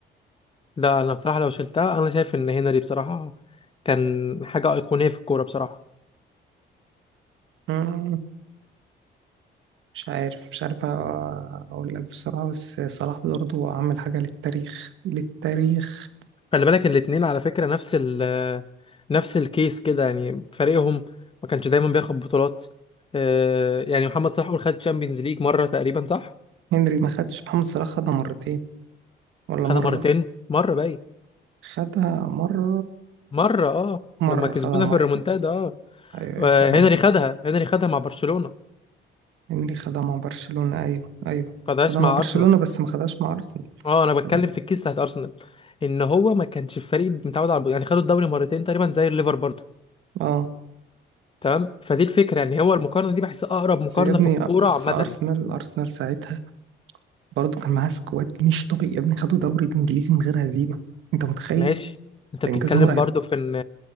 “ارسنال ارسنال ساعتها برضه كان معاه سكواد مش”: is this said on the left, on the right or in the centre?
Right